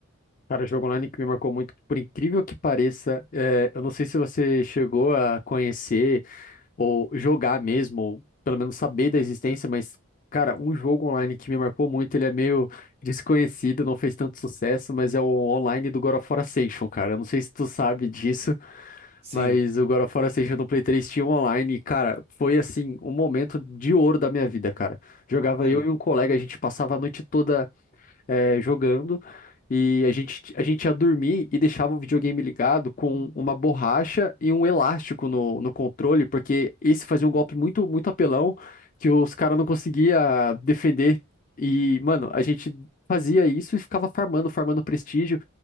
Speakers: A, on the left (about 35°); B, on the right (about 30°).
A: Cara, jogo online que me marcou muito, por incrível que pareça, é, eu não sei se você chegou a conhecer ou jogar mesmo, ou pelo menos saber da existência, mas, cara, um jogo online que me marcou muito, ele é meio desconhecido, não fez tanto sucesso, mas é o online do God of War Ascension, cara. Eu não sei se tu sabe disso.
B: Sim.
A: Mas o God
B: Uhum.
A: of War Ascension no Play 3 tinha um online, e, cara, foi assim, um momento de ouro da minha vida, cara. Jogava
B: Hum,
A: eu e um colega, a gente passava a noite toda eh, jogando. E a gente, a gente ia dormir e deixava o videogame ligado com uma borracha e um elástico no, no controle, porque esse fazia um golpe muito, muito apelão que os caras não conseguiam defender. E, mano, a gente fazia isso e ficava farmando, farmando prestígio.